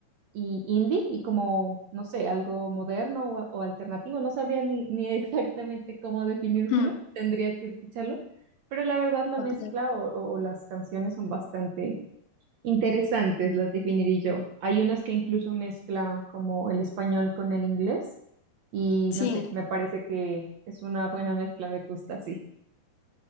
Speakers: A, on the right; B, on the left.
A: y indie y como, no sé, algo moderno o, o alternativo. No sabría ni, ni <laughs> exactamente cómo definírtelo,
B: <laughs> Ujú,
A: tendrías que escucharlo, pero la verdad la
B: Ok.
A: mezcla o, o las canciones son bastante interesantes, las definiría yo. Hay unas que incluso mezcla como el español con el inglés y
B: Sí.
A: no sé, me parece que es una buena mezcla, me gusta así.